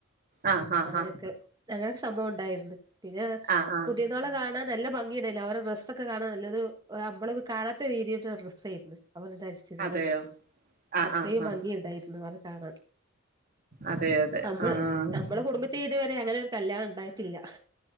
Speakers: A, on the right; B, on the right.
A: ആഹ് ആഹ്
B: അങ്ങനെയൊക്കെ
A: ആഹ്
B: അങ്ങനെ <unintelligible> സംഭവം ഉണ്ടായിരുന്നു പിന്നെ
A: ആഹ് ആഹ്
B: പുതിയ നോളെ കാണാൻ <unintelligible> നല്ല ഭംഗിയടായില്ല അവരുടെ ഡ്രസ്സ ഒക്കെ കാണാൻ നല്ലൊരു നമ്മള് കാണാത്ത രീതിയിലട്ടുള്ളരു ഡ്രസ്സ് ആയിരുന്നു അവർതരിച്ചിന്ന്
A: അതെയോ ആഹ്
B: അത്രയും
A: ആഹ് ആഹ്
B: ഭംഗി ഉണ്ടായിരുന്നു അവ <unintelligible> കാണ
A: അതെ അതെ
B: നമ്മള്
A: ആഹ്
B: നമ്മളെ കുടുംബത്തി്തുവരെ അങ്ങനെ <unintelligible> കല്യാണം ഉണ്ടായിട്ടില്ല